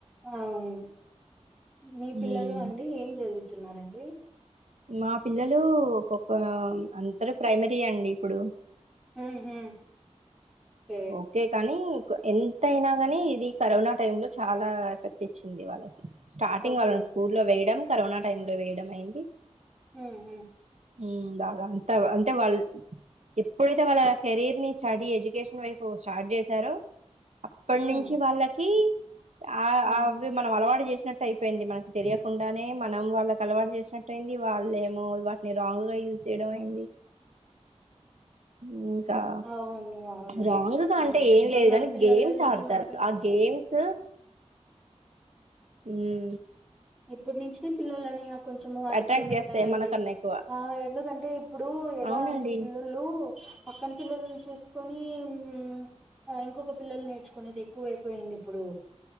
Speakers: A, in the centre; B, on the right.
A: అవును మీ పిల్లలు
B: ఉమ్
A: అండి ఏం చదువు తూన్నారండి
B: మా పిల్లలు ఒకొక్క అందరు ప్రైమరీ అండి ఇప్పుడు
A: ఉహు కే
B: ఓకే కానీ ఎంత అయినా గాని ఇది కరోనా టైమ్ లో చాలా ఎఫెక్ట్ ఇచ్చింది వాళ్ళకి స్టార్టింగ్
A: ఓకే
B: వాళ్లని
A: ఓకే
B: స్కూల్ లో వేయడం కరోనా టైమ్ లో వేయడం అయింది
A: అహం
B: ఉమ్ బాగా ఉం టవ అంటే వాళ్ళు ఎప్పుడైతే వాళ్ళ కెరీర్ ని స్టడీ ఎడ్యుకేషన్ వైపు స్టార్ట్ చేశారో అప్పటి
A: ఉమ్ ఉమ్
B: నుంచి వాళ్ళకి ఆ
A: ఉమ్.
B: అవి మనం అలవాటు చేస్తే ట్టు అయిపోయింది మనకి తెలియకుండానే మనం వాళ్ళకి అలవాటు చేసినట్ యింది వాళ్ళేమో వాటిని రాంగ్ గా యూజ్ చేయడం అయింది మ్ గా
A: అవును అవును అదే
B: రాంగ్
A: ఓకే
B: గా అంటే
A: అండి
B: ఏం
A: చుకోవాలి
B: లేదు
A: మన
B: కానీ
A: పిల్లలని
B: గేమ్స్ ఆడతారు
A: మనమే
B: ఆ గేమ్స్ ఉం
A: ఇ ఇప్పుడు నుంచే పిల్లల అని కొంచెం అదుపులో
B: అట్రాక్ట్
A: పెట్టాలండి
B: చేస్తాయి మనకన్నా ఎక్కువ
A: ఆ ఎందుకంటే ఇప్పుడు ఎలా
B: అవునండి
A: అంటే పిల్లలు పక్కన పిల్లలని చూసుకొని కానీ ఉం ఇంకొక పిల్లలు నేర్చుకునేది ఎక్కువైపోయింది ఇప్పుడు